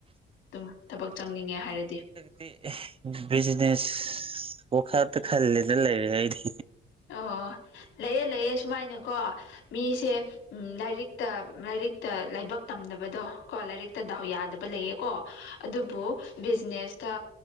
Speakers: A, on the left; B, on the right.
A: ꯑꯗꯨꯝ ꯊꯕꯛ ꯆꯪꯅꯤꯡꯉꯦ ꯍꯥꯏꯔꯗꯤ
B: ꯗꯤ ꯕꯤꯖꯤꯅꯦꯁ ꯄꯣꯈꯠꯇ ꯈꯜꯂꯦꯗ ꯂꯩꯔꯦ ꯑꯩꯗꯤ
A: ꯑꯣ ꯂꯩꯌꯦ ꯂꯩꯑ ꯁꯨꯃꯥꯏꯅꯀꯣ ꯃꯤꯁꯦ ꯎꯝ ꯂꯥꯏꯔꯤꯛ ꯇ ꯂꯥꯏꯔꯤꯛꯇ ꯂꯥꯏꯕꯛ ꯇꯝꯗꯕꯗꯣ ꯀꯣ ꯂꯥꯏꯔꯤꯛꯇ ꯗꯥꯎ ꯌꯥꯗꯕ ꯂꯩꯌꯦꯀꯣ ꯑꯗꯨꯕꯨ ꯕꯤꯖꯤꯅꯦꯁꯇ